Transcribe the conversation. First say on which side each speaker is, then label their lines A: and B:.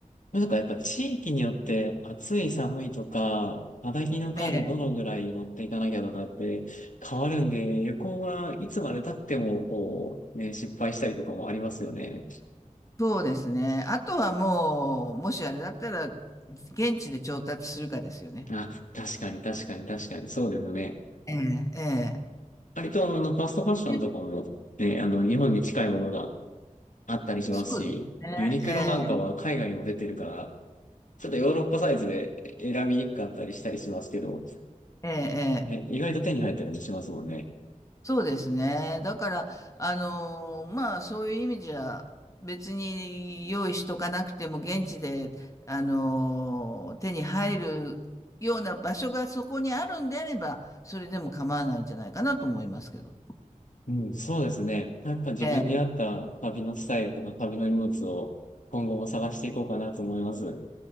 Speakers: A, on the left; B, on the left.
A: なんかやっぱ地域によって暑い寒いとか、肌着の数どのぐらい持っていかなきゃとかって変わるんで、
B: ええ、
A: 旅行はいつまで経ってもこう、ね、失敗したりとかもありますよね。
B: そうですね。あとはもう、もしあれだったら、現地で調達するかですよね。
A: あ、確かに確かに確かに、そうですね。
B: ええ、え
A: 割とあの、ファストファッションとかもね、
B: え。
A: あの、日本に近いものがあったりしますし、
B: そうですね。
A: ユニクロなんかは海外にも出てるから、
B: え
A: ちょっとヨーロッパサイズで選びにくかったりしたりしますけど、
B: え、ええ、
A: ね、
B: え
A: 意外と手に入ったりもしますもんね。
B: そうですね。だから、あのーまあ、そういう意味じゃ、別に用意しとかなくても、現地で、あのー手に入るような場所がそこにあるんであれば、それでも構わないんじゃないかなと思いますけど。
A: うん、そうですね。やっぱ自分に合った旅のスタイルとか旅の荷物を今後も探していこうかなと思います。
B: ええ、